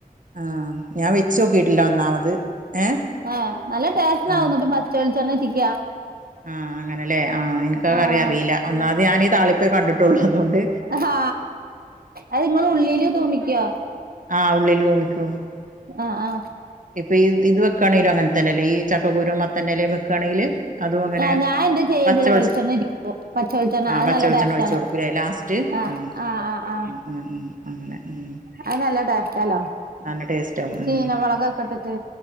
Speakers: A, on the right (about 60°); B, on the right (about 80°).
A: ആഹ്‌ ഞാൻ വെച്ചോക്കിട്ടില്ല ഒന്നാമത് ഏഹ്
B: ആഹ്‌ നല്ല ടേസ്റ്റ്ണ്ടാവും.
A: ആഹ്
B: ന്നട്ട് പച്ചവെൾച്ചെണ്ണ ഇറ്റിക്ക
A: ആഹ് അങ്ങനെലേ, ആഹ് ഇൻകാ
B: ആഹ്
A: കറിഅറീല, ഒന്നാമത് ഞാനീ താളിപ്പേ കണ്ട്ട്ടൊള്ളൂ അതോണ്ട്
B: ഹാ അത്ങ്ങള് ഉള്ളീല് തൂമ്പിക്ക്യോ
A: ആഹ് ഉള്ളീല് തൂമ്പിക്കും
B: ആ ആഹ്‌
A: ഇപ്പഈ ഇത് വെക്കാണെങ്കിലും അങ്ങൻതന്നല്ലേ ഈ ചക്കക്കുരും മത്തന്റെലേം വെക്കാണെങ്കില് അതു അങ്ങനെ,
B: ആഹ് ഞാൻ എന്താ ചെയ്യാച്ചില്
A: പച്ചവെൾച്ച
B: വെളിച്ചെണ്ണ ഉറ്റിക്കും പച്ച വെളിച്ചെണ്ണ
A: ആഹ്‌
B: അത്
A: പച്ചവെൾച്ചെണ്ണ
B: നല്ല ടേസ്റ്റാണ്
A: ഒഴിച്ചു കൊടുക്കുലേ ലാസ്റ്റ്
B: ആഹ്
A: ആഹ്‌
B: ആഹ് ആഹ് ആഹ്
A: ഉം ഉം ഉം അങ്ങനെ ഉം
B: അത് നല്ല ടേസ്റ്റല്ലോ
A: നല്ല ടേസ്റ്റ് ആവും ഉം
B: ചീനമൊളകൊക്കെട്ടിട്ട്